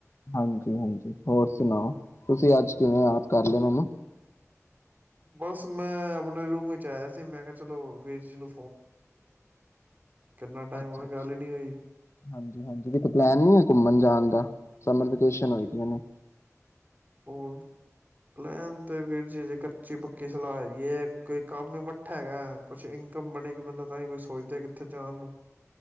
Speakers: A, on the left; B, on the right.
A: ਹਾਂਜੀ ਹਾਂਜੀ, ਹੋਰ ਸੁਣਾਓ ਤੁਸੀਂ ਅੱਜ ਕਿਵੇਂ ਯਾਦ ਕਰ ਲਿਆ ਮੈਨੂੰ
B: ਬਸ ਮੈਂ ਆਪਣੇ ਰੂਮ ਵਿੱਚ ਆਇਆ ਸੀ ਮੈਂ ਕਿਹਾ ਚਲੋ ਵੀਰ ਜੀ ਨੂੰ ਕਿੰਨਾ ਟਾਈਮ
A: ਅੱਛਾ
B: ਹੋਇਆ
A: ਅੱਛਾ,
B: ਗੱਲ ਹੀ ਨਹੀਂ ਹੋਈ
A: ਹਾਂਜੀ ਹਾਂਜੀ ਕਿਤੇ ਪਲੈਨ ਨੀ ਘੁੰਮਣ ਜਾਣ ਦਾ ਸਮਰ ਵੈਕੇਸ਼ਨ ਹੋਈ ਪਈਆਂ ਨੇ
B: ਉਹ, ਲੈਣ ਦੇ ਵੀਰ ਜੀ ਜੇਕਰ ਕੱਚੀ-ਪੱਕੀ ਸਿਲਾਹ ਹੈਗੀਏ ਕੋਈ ਕੰਮ ਹੀ ਮੱਠਾ ਹੈਗਾ ਕੁਛ ਇਨਕਮ ਬਣੇਗੀ ਬੰਦਾ ਤਾਂ ਹੀ ਕੋਈ ਸੋਚਦਾ ਕਿੱਥੇ ਜਾਣ ਨੂੰ।